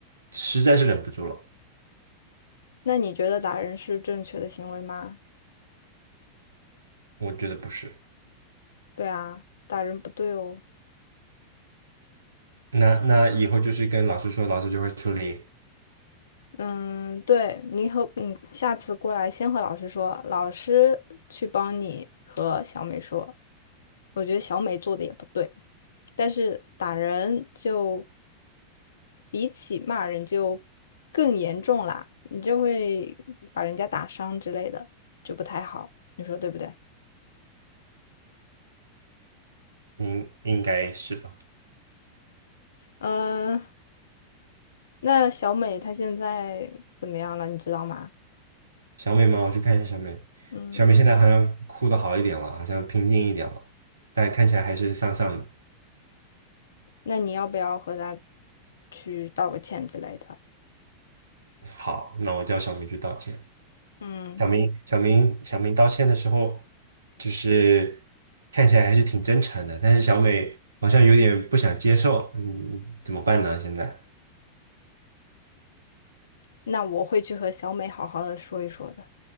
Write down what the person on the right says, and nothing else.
实在是忍不住了，
我觉得不是。
那那以后就是跟老师说，老师就会处理，
应应该是吧？
小美吗？我去看一下小美，
小美现在好像哭的好一点了，好像平静一点了，但看起来还是丧丧的。
好，那我叫小美去道歉。
小明，小明，小明道歉的时候，就是看起来还是挺真诚的，但是小美好像有点不想接受，嗯，怎么办呢？现在，